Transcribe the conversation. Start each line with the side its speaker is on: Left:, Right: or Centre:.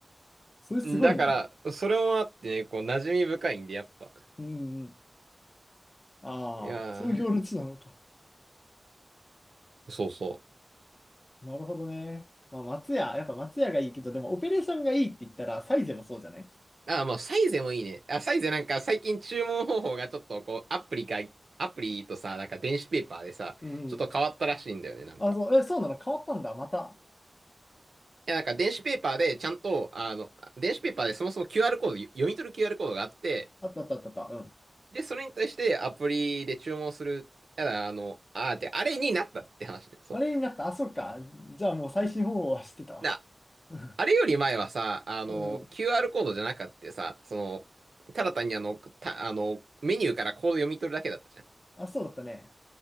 Left: それすごいね。
Right: う。だから、それもあってね、こう、馴染み深いんで、やっぱ。
Left: うんうん。ああ、
Right: いや
Left: そういう行列なのか。
Right: ー、そうそ
Left: なるほどね。まあ、松屋、やっぱ松屋がいいけど、でもオペレーションがいいって言ったら、サイゼもそうじゃない
Right: う。あー、まあ、サイゼもいいね。あ、サイゼなんか最近注文方法がちょっとこう、アプリか、アプリとさ、なんか電子ペーパーでさ、
Left: うん。
Right: ちょっと変わったらしいんだよね、なんか。
Left: あ、そう、え、そうなの変わったんだ。また。
Right: いや、なんか電子ペーパーでちゃんと、あの、電子ペーパーでそもそも QR コード、読み取る QR コードがあって、
Left: あったあったあったあった。うん。
Right: で、それに対してアプリで注文する。ただ、あの、あーって、あれになったって話ね、そ
Left: あれになった。あ、そっか。じゃあもう最新方法は知ってたわ。
Right: う。だ、
Left: うん。
Right: あれより前はさ、あの、
Left: うん
Right: QR コードじゃなかったさ、その、ただ単にあの、た、あの、メニューからコード読み取るだけだったじゃん。
Left: あ、そうだったね。